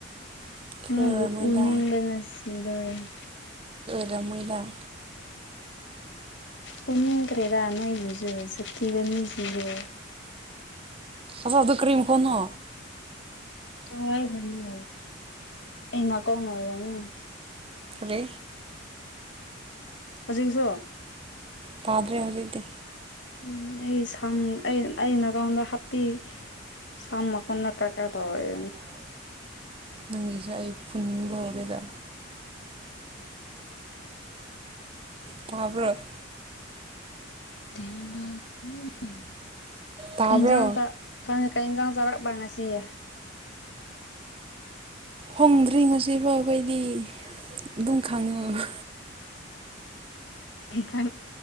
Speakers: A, on the right; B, on the left.
A: ꯑꯩꯈꯣꯏ
B: ꯃ
A: ꯑꯣꯏꯔꯝꯃꯣꯏꯗ
B: ꯎꯅꯤꯕ ꯅꯁꯤꯗꯣꯔꯦꯍꯦ
A: ꯌ ꯃꯣꯏꯗ
B: ꯄꯨꯟꯅꯈ꯭ꯔꯦꯗ ꯑꯅ ꯌꯨꯖ ꯁꯛꯇꯤꯒꯅꯤꯁꯤꯒ
A: ꯑꯁ ꯑꯗꯨ ꯀꯔꯤꯝ ꯀꯣꯟꯣ
B: ꯀꯗꯅꯤ ꯑꯩꯅ ꯀꯅ ꯑꯣꯏꯗꯅꯤ
A: ꯔ
B: ꯍꯧꯖꯤꯛꯁꯨ
A: ꯇꯥꯗꯔꯦ ꯍꯧꯔ
B: ꯎꯝ ꯑꯩ ꯁꯝ ꯑꯩꯅꯀꯥꯎꯗ ꯍꯥꯞꯄꯤ ꯁꯝ ꯃꯈꯣꯟꯅ ꯀꯛ ꯍ ꯇꯧꯥꯏ
A: ꯅꯪꯒꯤꯁꯦ ꯑꯩ ꯄꯨꯅꯤꯡꯕ ꯍꯧꯔꯦꯗ ꯇꯥꯕꯔꯣ
B: <unintelligible>
A: ꯇꯥꯕ꯭ꯔꯣ
B: ꯆꯔꯥꯛ ꯉꯥꯁꯌꯦ
A: ꯍꯣꯡꯗ꯭ꯔꯤ ꯉꯁꯤꯐꯥꯎ ꯑꯩꯈꯣꯏꯗꯤ ꯨꯗꯨꯝ ꯈꯪꯉ
B: ꯀ